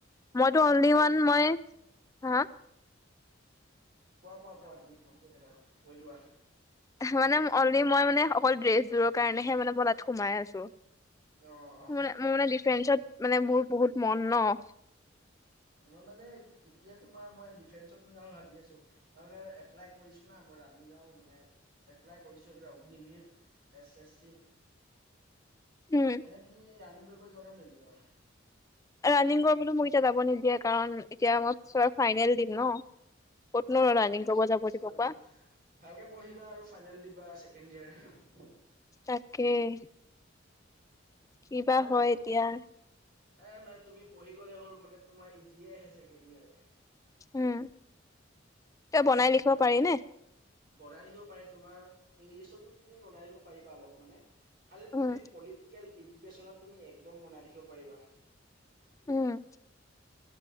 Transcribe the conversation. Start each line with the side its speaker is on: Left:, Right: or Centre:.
Left: মইতো
Right: এনে
Left: অনলি
Right: তুমি
Left: ওৱান মই, হা? উম
Right: কোৱা কোৱা কোৱা, তুমি কৈ থাকা, কৰি লোৱা।
Left: মানে অনলি মই মানে অকল ড্ৰেছবোৰৰ কাৰণেহে মানে ম সোমাই আছোঁ।
Right: অ অ
Left: মোৰ মোৰ এ, ডিফেন্সত মানে মোৰ বহুত মন ন'।
Right: মই মানে এতিয়া তোমাৰ মই ডিফেন্সত মান যাওঁ ভাবি আছোঁ, তাৰমানে এপ্লাই কৰিছোঁ না, মই ৰানিং যাওঁ মানে এ এপ্লাই কৰিছোঁ এইবিলাক অগ্নিবিৰ, এছ এছ চি।
Left: উম
Right: এনেই তুমি ৰাণিং কৰিব যোৱা নে নোযোৱা?
Left: ৰানিং কৰিবলৈ মোক এতিয়া যাব নিদিয়ে কাৰণ এতিয়া মই ফাইনেল দিম ন'। ক'তনো
Right: অ'
Left: ৰানিং কৰিব
Right: ঠিকে
Left: যাব
Right: আছে
Left: দিব
Right: বাৰু।
Left: কোৱা।
Right: ভালকে পঢ়িবা আৰু ফাইনেল দিবা। কেণ্ডিয়াৰ।
Left: তাকেই। কি বা
Right: মানে
Left: হয়
Right: চব
Left: এতিয়া।
Right: এ, মানে তুমি পঢ়ি গ'লে হ'ল মানে তোমাৰ ইজিয়ে আহে ছেকেণ্ড ইয়াৰত।
Left: উম, ত' বনাই লিখিব
Right: মই দিছো
Left: পাৰি নে?
Right: বনাই ৰাখিব পাৰে, তোমাৰ ইংলিছতো তুমি বনাই লিখিব পাৰিবা অলপ মানে। খালি তুমি
Left: উম,
Right: পলিটিকেল, এডুকেশ্যনত তুমি একদম বনাই লিখিব পাৰিবা।
Left: উম।